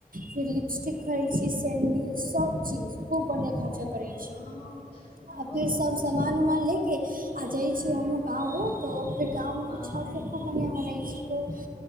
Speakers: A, on the right; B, on the left.
A: फिर लिपस्टिक खरी छी सैंडिल सब चीज खूब बढ़िया खा करै छी
B: हँ
A: आ
B: हमहुँ
A: अपने
B: जानै
A: सब सान
B: छी
A: उमान ले के आ जाइ छी हमू गाँव र तऽ फेर गाँव मे
B: हँ
A: तऽ छठ छ खूब बढ़िआँ बनै छै खूब